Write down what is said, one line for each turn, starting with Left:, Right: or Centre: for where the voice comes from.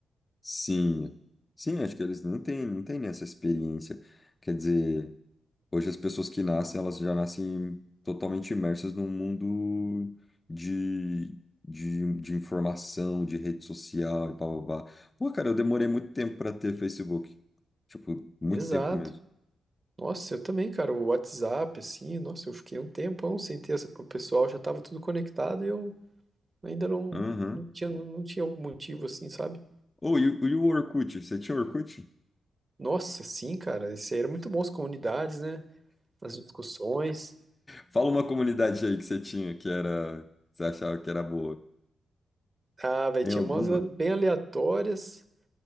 Left: Sim. Sim, acho que eles não têm, não têm essa experiência. Quer dizer. Hoje as pessoas que nascem, elas já nascem totalmente imersas num mundo de, de, de informação, de rede social e blá blá blá. Pô, cara, eu demorei muito tempo para ter Facebook. Tipo, muito
Right: Exato.
Left: tempo mesmo.
Right: Nossa, eu também, cara, o WhatsApp, assim, nossa, eu fiquei um tempão sem ter essa, o pessoal já tava tudo conectado e eu ainda não,
Left: Aham.
Right: não tinha, não tinha um motivo, assim, sabe?
Left: Ô, e, o e o Orkut? Você tinha Orkut?
Right: Nossa, sim, cara. Isso aí era muito bom, as comunidades, né? As discussões.
Left: Fala uma comunidade aí que você tinha que era, que você achava que era boa.
Right: Ah, velho,
Left: Tem
Right: tinha
Left: alguma?
Right: umas bem aleatórias,